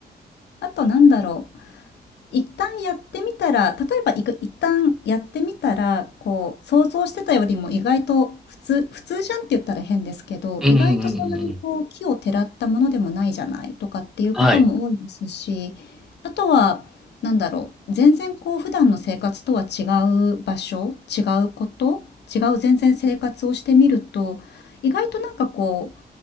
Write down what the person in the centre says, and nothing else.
うんうんうんうんうん。
はい。